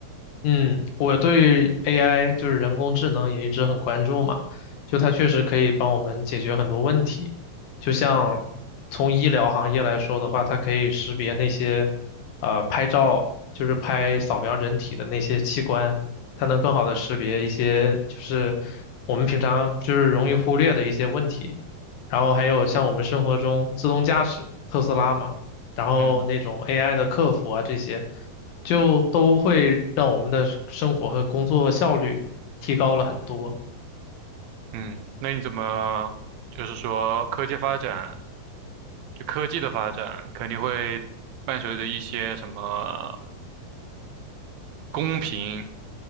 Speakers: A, on the left (about 75°); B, on the right (about 80°).
A: 嗯，我对 AI 就是人工智能也一直很关注嘛，就它确实可以帮我们解决很多问题。就像从医疗行业来说的话，它可以识别那些呃拍照，就是拍扫描人体的那些器官，它能更好的识别一些就是我们平常就是容易忽略的一些问题。然后还有像我们生活中自动驾驶，特斯拉嘛，然后那种
B: 嗯
A: AI 的客服啊这些。就都会让我们的生活和工作效率提高了很多。
B: 嗯，那你怎么就是说科技发展，就科技的发展肯定会伴随着一些什么公平